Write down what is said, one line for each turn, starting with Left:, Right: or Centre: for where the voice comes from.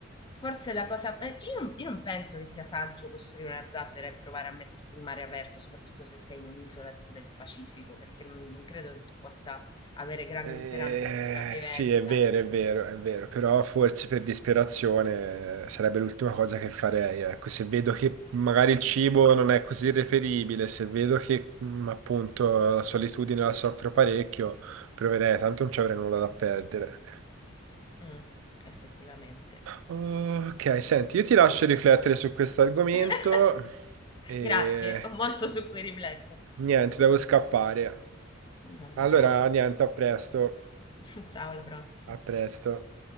Left: forse la cosa... beh, cioè Io non, io non penso che sia saggio costruire una zattera e provare a mettersi in mare aperto, soprattutto se sei in un'isola tipo del Pacifico, perché non, non credo che tu possa avere grandi
Right: Eh,
Left: speranze di sopravvivenza.
Right: sì, è vero, è vero, è vero, però forse per disperazione eh, sarebbe l'ultima cosa che farei. Ecco, se vedo che magari il cibo non è così reperibile, se vedo che mm, appunto la solitudine la soffro parecchio, proverei, tanto non ci avrei nulla da perdere.
Left: Mm, effettivamente.
Right: Ok, senti, io ti lascio riflettere su questo argomento
Left: <laughs>
Right: e
Left: Grazie, ho molto su cui riflettere.
Right: niente, devo scappare.
Left: Va
Right: Allora,
Left: bene.
Right: niente, a presto,
Left: <laughs> Ciao, alla prossima.
Right: a presto.